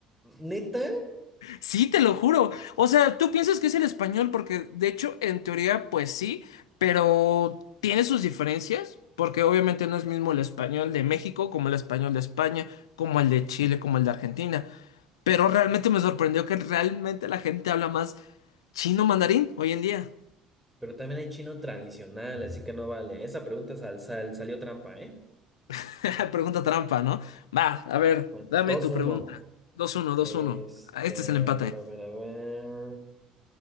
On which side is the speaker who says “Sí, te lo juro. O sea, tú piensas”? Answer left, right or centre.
Left